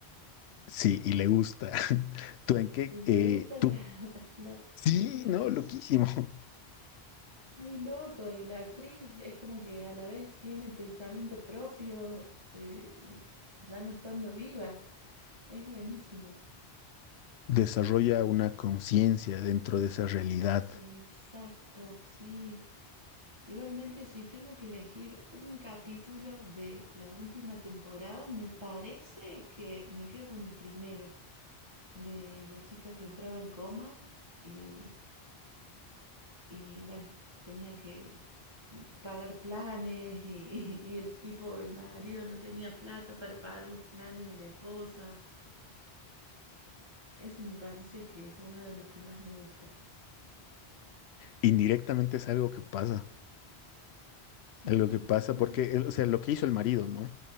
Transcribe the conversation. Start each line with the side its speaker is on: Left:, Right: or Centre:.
Left: sí, y le gusta. <laughs> ¿Tú en qué?
Right: y
Left: Eh,
Right: le gusta
Left: tú.
Right: la, <laughs> la...
Left: Sí,
Right: Sí, sí.
Left: no, loquísimo.
Right: Muy loco, y la actriz es como que a la vez tiene pensamiento propio, eh, ya no estando viva. Es buenísima.
Left: <laughs> Desarrolla una conciencia dentro de esa realidad.
Right: Exacto, sí. Igualmente, si tengo que elegir un capítulo de la última temporada, me parece que me quedo con el primero, de la chica que entraba en coma y Y bueno, tenía que pagar planes y, y el tipo, el marido no tenía plata para pagar los planes de la esposa. Ese me parece que fue uno de los que más me gustó.
Left: Indirectamente es algo que pasa.
Right: Sí,
Left: Algo que pasa
Right: mal.
Left: porque, eh, o sea, lo que hizo el marido, ¿no?